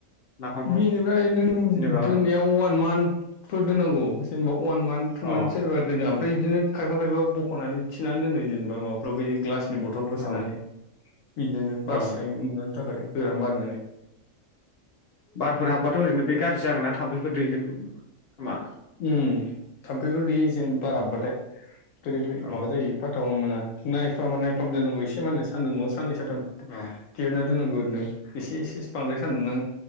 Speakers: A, on the left; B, on the left.
A: नाफामखौ
B: बेनिफ्राय नों
A: जेनेबा
B: दोननायाव उवान मान्थफोर दोननांगौ जेनबाव अवान मान्थ थु
A: अ
B: मान्थ सो <unintelligible> दोनो ओमफ्राय बिदिनो खायफा खायफा बख'नानै थिनानै दोनो जेनेबा माबाफ्राव बिदिनो ग्लास नि बथलफ्राव
A: औ
B: सोनानै बिदिनो <unintelligible>
A: औ
B: नुनो थाखाय गोरा मारिनानै
A: बारफोर हाबबाथ' ओरैनो बे गाज्रि जागोन ना थाम्फैफोर दैगोन खोमा
B: उम थाम्फैफोर दैयो जेन बार
A: औ
B: हाबबाथाय बोरै बोरै
A: औ
B: माबा जायो फाथाखौनो मोना। नायफाम नायफाम दोननांगौ इसे मा होनो सानदुंआव साननै सानथाम
A: औ
B: दिहुनना दोननांगौ नो इसे इसे बांद्राय सान्दुं नां